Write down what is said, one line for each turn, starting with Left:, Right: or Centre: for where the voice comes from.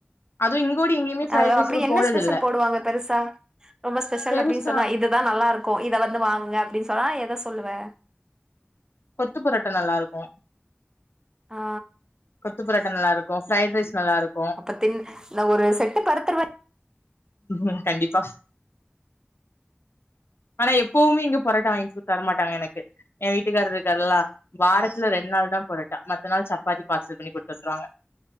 Left: அதுவு இங்கோடி எங்கேயுமே ஃப்ரைட்
Right: அ
Left: ரைஸ்
Right: அப்டி
Left: இப்ப
Right: என்ன
Left: போடுறது
Right: ஸ்பெஷல்
Left: இல்ல
Right: போடுவாங்க பெருசா ரொம்ப ஸ்பெஷல்
Left: பெருசா
Right: அப்டின்னு சொன்னா இதுதா நல்லா இருக்கு க்கு இத வந்து வாங்குங்க அப்டின்னு சொன்னா எதை சொல்லுவே
Left: கொத்து புரோட்டா நல்லா இருக்கு
Right: ஆ
Left: கொத்து புரோட்ட நல்லா இருக்கு பிரைட் ரைஸ் நல்லா இருக்கு
Right: அப்பத்தின் இந்த ஒரு செட்டு படுத்துருவ
Left: ம் கண்டிப்பா ஆனா எப்பவுமே இங்க புரோட்ட வாங்கிட்டு தரமாட்டாங்க எனக்கு ஏ வீட்டுக்கார் இருக்காருல்ல வாரத்துல
Right: ஆ
Left: ரெண்டு நாள் தா புரோட்டா மத்த நாள் சப்பாத்தி பார்சல் பண்ணி குடுத்துவுட்ருவாங்க